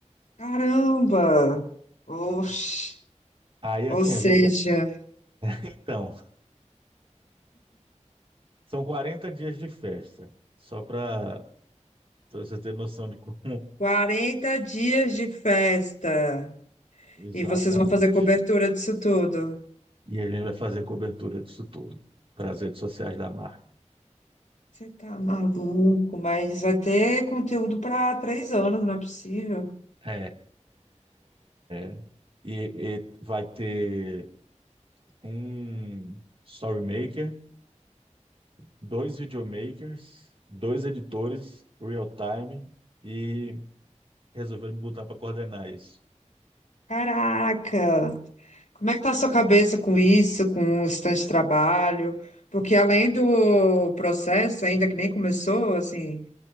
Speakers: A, on the left; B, on the right.
A: Caramba! Oxe.
B: Pois é. Aí assim,
A: Ou seja,
B: a gente. Então, são 40 dias de festa, só para você ter noção de como.
A: 40 dias de festa
B: <laughs> Exatamente.
A: e vocês vão fazer cobertura disso tudo.
B: E a gente vai fazer cobertura disso tudo para as redes sociais da marca.
A: Você tá maluco, mas vai ter conteúdo pra três anos, não é possível.
B: É, é, e, e vai ter um story maker, dois videomakers, dois editores real time e resolveu me botar para coordenar isso.
A: Caraca! Como é que tá a sua cabeça com isso, com o estante de trabalho? Porque além do processo, ainda que nem começou, assim,